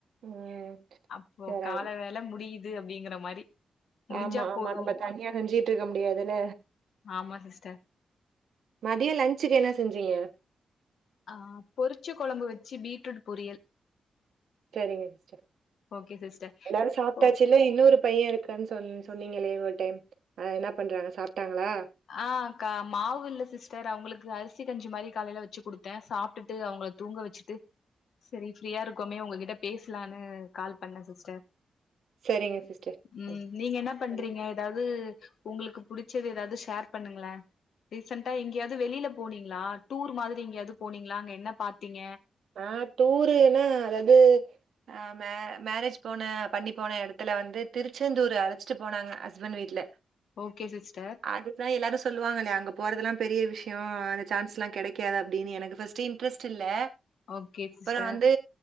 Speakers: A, on the right; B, on the left.
A: ம்
B: அப்போ
A: சேரி
B: கால வேல முடியுது அப்டிங்கிற மாரி முடிஞ்சா
A: ஆமா ஆமா
B: போது
A: நம்ம தனியா செஞ்சுட்டு இருக்க முடியாதுல
B: ஆமா சிஸ்டர்
A: மதிய லன்ஞ்சுக்கு என்ன செஞ்சீங்க
B: ஆஹ் பொறிச்சு கொழம்பு வச்சு பீட்ரூட் பொரியல்
A: சேரிங்க சிஸ்டர்
B: ஓகே சிஸ்டர்
A: எல்லாரு சாப்ட்டாச்சுல்ல
B: ஓ
A: இன்னொரு பையன் இருக்குன்னு சொன்ன சொன்னீங்களே ஒரு டைம் என்ன பண்றாங்க சாப்ட்டாங்களா
B: ஆ கா மாவு இல்ல சிஸ்டர் அவுங்களுக்கு அரிசி கஞ்சி மாரி காலைல வச்சு குடுத்த சாப்ட்டுட்டு அவுங்களுக்கு தூங்க வச்சுட்டு செரி ஃப்ரீயா இருக்கோமே உங்ககிட்ட பேசலாம்னு கால் பண்ண சிஸ்டர்
A: சேரிங்க சிஸ்டர் சரி.
B: ம் நீங்க என்ன பண்றீங்க
A: சொல்லுங்க.
B: ஏதாவது உங்களுக்கு புடிச்சது ஏதாவது ஷேர் பண்ணுங்கள ரீசென்டா எங்கயாவது வெளில போனீங்களா டூர் மாதிரி எங்கயாவது போனீங்களா அங்க என்ன பாத்தீங்க
A: ஆ டூருன்னா அதாவது அஹ் மே மேரேஜ் போன பண்ணி போன இடத்துல வந்து திருச்செந்தூர் அழச்சிட்டு போனாங்க ஹஸ்பண்ட் வீட்ல
B: ஓகே சிஸ்டர்
A: அதுதா எல்லாரு சொல்லுவாங்கல்ல அங்க போறதெலா பெரிய விஷய அந்த சான்ஸ்லா கெடைக்காது அப்டின்னு எனக்கு ஃபஸ்ட்டு இண்ட்ரஸ்ட் டில்ல
B: ஓகே சிஸ்டர்
A: அப்பற வந்து